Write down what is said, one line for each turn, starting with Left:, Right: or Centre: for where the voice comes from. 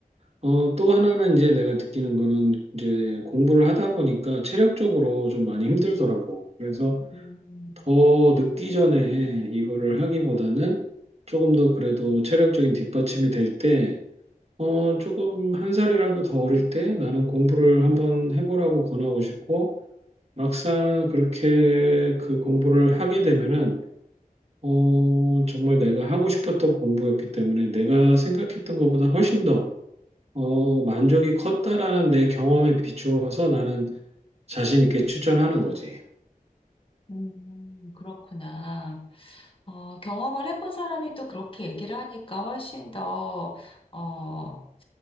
Right: 어 또 하나는 이제 내가 느끼는 거는 이제 공부를 하다 보니까 체력적으로 좀 많이 힘들더라고. 그래서
Left: 음,
Right: 더 늦기 전에 이거를 하기보다는 조금 더 그래도 체력적인 뒷받침이 될 때, 어, 조금 한 살이라도 더 어릴 때 나는 공부를 한번 해보라고 권하고 싶고, 막상 그렇게 그 공부를 하게 되면은, 어, 정말 내가 하고 싶었던 공부였기 때문에 내가 생각했던 것보다 훨씬 더, 어, 만족이 컸다라는 내 경험에 비추어서 나는 자신 있게 추천하는 거지.
Left: 음, 그렇구나. 어, 경험을 해본 사람이 또 그렇게 얘기를 하니까 훨씬 더, 어,